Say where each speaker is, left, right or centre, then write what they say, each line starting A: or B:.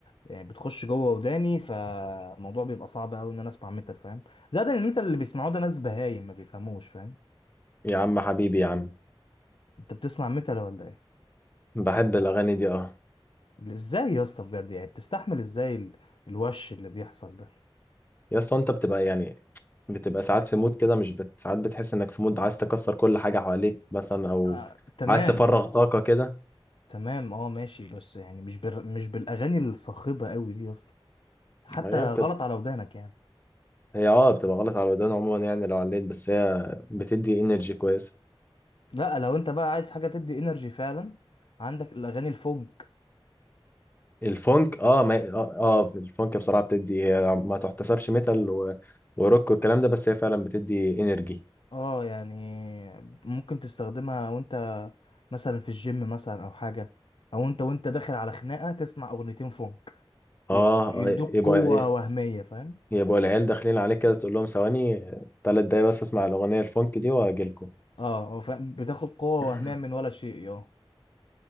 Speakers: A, on the left (about 60°); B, on the left (about 20°).
A: يعني بتخش جوه وداني فالموضوع بيبقى صعب قوي ان انا اسمع ميتال فاهم زائد ان الميتال اللي بيسمعوه ده ناس بهايم ما بيفهموش فاهم
B: يا عم حبيبي يا عم
A: انت بتسمع ميتال ولا ايه
B: بحب الأغاني دي أه
A: ازاي يا اسطى بجد يعني بتستحمل ازاي ال- الوش اللي بيحصل ده
B: يا اسطى انت بتبقى يعني بتبقى ساعات في مود كده مش بت... ساعات بتحس انك في مود عايز تكسر كل حاجه حواليك مثلا او
A: آه تمام
B: عايز تفرغ طاقه كده
A: تمام اه ماشي بس يعني مش بر... مش بالاغاني الصاخبه قوي دي يا اسطى حتى
B: هي بتبقى
A: غلط على ودانك يعني
B: هي اه بتبقى غلط على الودان عموما يعني لو عليت بس هي بتدي انرجي كويس
A: لا لو انت بقى عايز حاجه تدي انرجي فعلا عندك الاغاني الفونك
B: الفونك اه ما اه, آه الفونك بصراحه بتدي هي ما تحتسبش ميتال و... وروك والكلام ده بس هي فعلا بتدي انرجي
A: اه يعني ممكن تستخدمها وانت مثلا في الجيم مثلا او حاجه او انت وانت داخل على خناقه تسمع اغنيتين فونك يد-
B: اه
A: يدوك
B: اه يبقى
A: قوه
B: ايه
A: وهميه فاهم
B: يبقى العيال داخلين عليك كده تقول لهم ثواني ثلاث دقايق بس اسمع الاغنيه الفونك دي واجيلكم
A: اه آه، فاهم بتاخد قوه
B: <laughs>
A: وهميه من ولا شيء اه